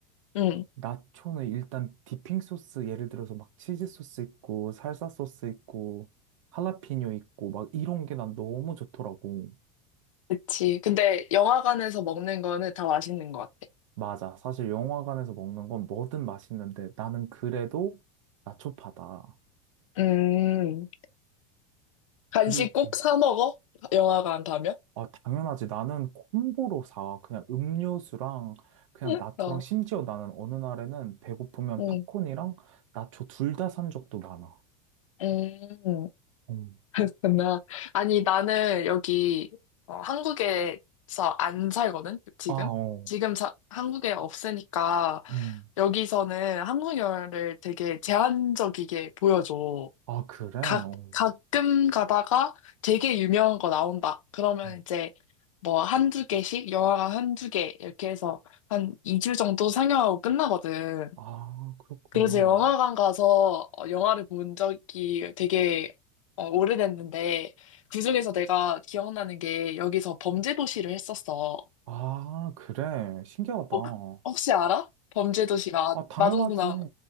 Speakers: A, on the left; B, on the right.
A: 응,
B: 나초는 일단 디핑 소스, 예를 들어서 막 치즈 소스 있고, 살사 소스 있고, 할라피뇨 있고, 막 이런 게 난 너무 좋더라고.
A: 그치. 근데 영화관에서 먹는 거는 다 맛있는 것 같아.
B: 맞아. 사실 영화관에서 먹는 건 뭐든 맛있는데, 나는 그래도 나초파다.
A: 음, 간식
B: 그리,
A: 꼭
B: 어.
A: 사 먹어? 영화관 가면?
B: 아, 당연하지. 나는 콤보로 사. 그냥 음료수랑 그냥
A: 응.
B: 나초랑
A: 어,
B: 심지어 나는 어느 날에는 배고프면
A: 응,
B: 팝콘이랑 나초 둘 다 산 적도 많아.
A: 음.
B: 음.
A: 그렇구나. 아니, 나는 여기 어, 한국에서 안 살거든, 지금?
B: 아, 어.
A: 지금 자- 한국에 없으니까
B: 음.
A: 여기서는 한국어를 되게 제한적이게 보여줘.
B: 아, 그래?
A: 가,
B: 어.
A: 가끔 가다가 되게 유명한 거 나온다. 그러면
B: 어.
A: 이제 뭐 한두 개씩, 영화가 한두 개 이렇게 해서 한 2주 정도 상영하고 끝나거든.
B: 아, 그렇구나.
A: 그래서
B: 어.
A: 영화관 가서 어, 영화를 본 적이 되게 어, 오래됐는데, 그중에서 내가 기억나는 게 여기서 범죄도시를 했었어.
B: 아, 그래. 신기하다.
A: 어,
B: 어,
A: 그- 혹시 알아? 범죄도시가
B: 아, 당연하지.
A: 마동석나